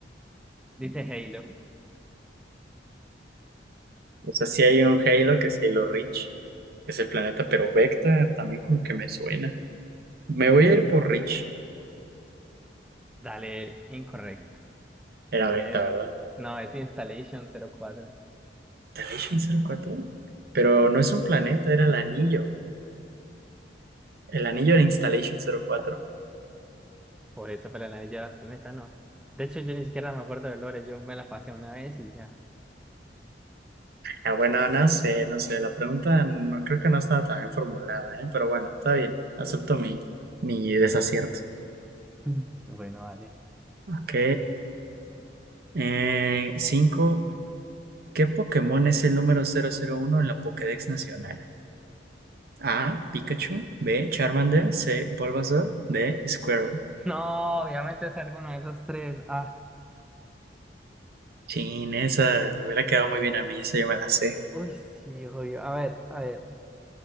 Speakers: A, in the centre; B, on the right (about 60°).
A: Dice Halo.
B: O sea, sí hay un Halo que es Halo Reach, que es el planeta, pero Vecta también como que me suena. Me voy a ir por Reach.
A: Dale, incorrecta.
B: Era Vecta,
A: Es,
B: ¿verdad?
A: no, es Installation 04.
B: Installation 04. Pero no es un planeta, era el anillo. El anillo era Installation 04.
A: Por eso, pero la Anillo del Planeta no. De hecho, yo ni siquiera me acuerdo de Lore. Yo me la pasé una vez y ya.
B: Ah, bueno, no sé, no sé, la pregunta no creo que no estaba tan bien formulada, ¿eh? Pero bueno, está bien, acepto mi, mi desacierto.
A: <laughs> Bueno, dale.
B: Ok, eh, cinco, ¿qué Pokémon es el número cero cero uno en la Pokédex Nacional? A, Pikachu, B, Charmander, C, Bulbasaur, D, Squirtle.
A: No, obviamente es alguno de esos tres. Ah,
B: Chin, esa me hubiera quedado muy bien a mí, esa yo me la sé.
A: uy, sí, obvio. A ver, a ver.